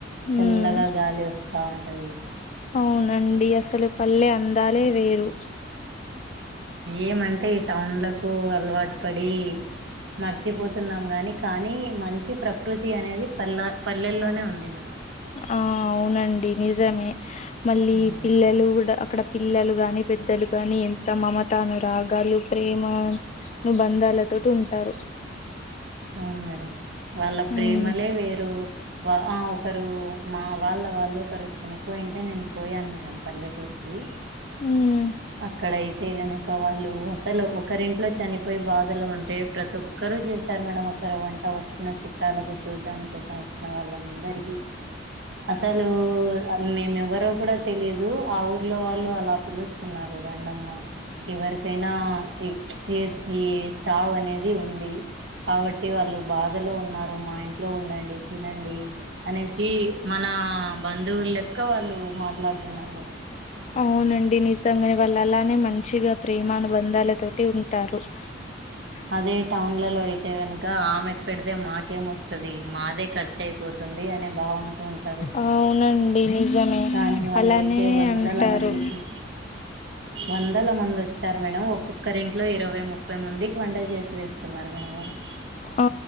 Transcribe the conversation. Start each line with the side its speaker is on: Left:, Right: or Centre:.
Left: ఉమ్
Right: చల్లగా గాలి వస్తా ఉంటది
Left: అవునండి అసలు పల్లె అందాలే వేరు
Right: ఏమంటే ఈ టౌన్లకు అలవాటు పడి మర్చిపోతున్నాం గాని కానీ మంచి ప్రకృతి అనేది పల్ల పల్లెల్లోనే ఉంది మేడం
Left: ఆ అవునండి నిజమే మళ్ళీ
Right: హ్మ్
Left: పిల్లలు కూడా అక్కడ పిల్లలు గాని పెద్దలు గాని ఎంత మమతానురాగాలు ప్రేమ అను బంధాలతోటి ఉంటారు
Right: అవును మేడం వాళ్ళ ప్రేమలే
Left: ఉమ్
Right: వేరు వా ఒకరు మా వాళ్ళ వాళ్ళు ఒకరు చనిపోయింటే నేను పోయాను మేడం పల్లెటూరుకి అ
Left: ఉమ్
Right: అక్కడ అయితే గనుక వాళ్ళు అసలు ఒకరింట్లో చనిపోయి బాధలో ఉంటే ప్రతి ఒక్కరు చేస్త అల మొక్కరు వంట వచ్చిన చుట్టాలకు చూడ్డాని కోసం వచ్చిన వాళ్ళందరికీ అసలు మేము ఎవరో కూడా తెలియదు ఆ ఊర్లో వాళ్ళు అలా పిలుస్ స్తున్నారు రండమ్మ ఎవరికైనా ఈ ఈ ఈ చావనేది ఉంది కాబట్టి వాళ్ళు బాధలో ఉన్నారు మా ఇంట్లో ఉండండి తినండి అనేసి మన బంధువులు లెక్క వాళ్ళు మాట్లాడుతున్నారు కదా
Left: అవునండి నిజంగానే వాళ్ళు అలానే మంచిగా ప్రేమా అనుబంధాల తోటి ఉంటారు <unintelligible>
Right: అదే టౌన్లలో అయితే గనుక ఆమెకు పెడితే మాకేం వస్తది మాదే ఖర్చు అయిపో తుంది అనే భావంతో ఉంటా
Left: ఆ అవునండి నిజమే
Right: కానీ వాళ్ళయితే
Left: అలానే
Right: వందల
Left: అంటారు
Right: మందికి వందల మంది వచ్చారు మేడం ఒక ఒక్కరి ఇంట్లో ఇరవై ముప్పై మందికి వంట చేసి వేస్తున్నారు మేడం వాళ్ళు
Left: ఆ